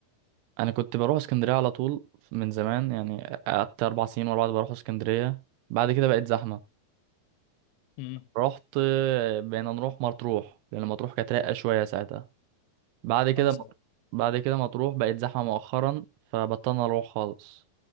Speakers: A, on the right; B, on the left.
A: انا كنت بروح اسكندريه على طول من زمان يعني قعدت اربع سنين ورا بعض بروح اسكندريه بعد كده بقت زحمه
B: امم
A: رحت آه، بقينا نروح مطروح لان مطروح كانت رايقه شويه ساعتها بعد كده
B: اه صح
A: بعد كده مطروح بقت زحمه مؤخرا فبطلنا اروح خالص